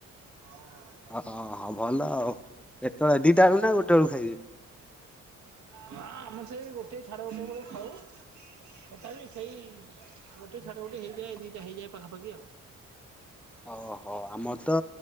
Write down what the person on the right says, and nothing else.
ହ।
ହ ଆମେ ସେଇ ଗୋଟେ ସାଢେ ଗୋଟେ ବେଳକୁ ଖାଉ। ତଥାପି ସେଇ ଗୋଟେ ସାଢେ ଗୋଟେ ହେଇଯାଏ ଦିଟା ହେଇଯାଏ ପାଖାପାଖି ଆଉ।